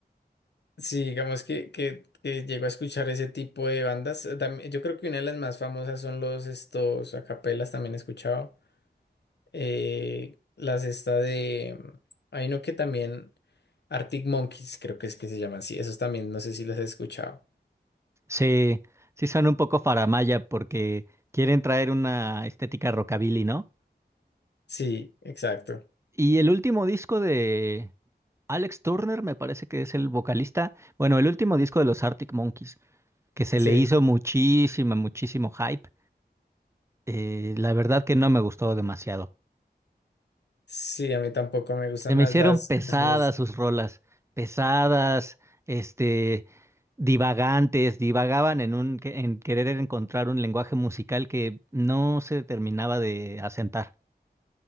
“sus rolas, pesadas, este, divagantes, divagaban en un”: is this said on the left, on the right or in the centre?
Right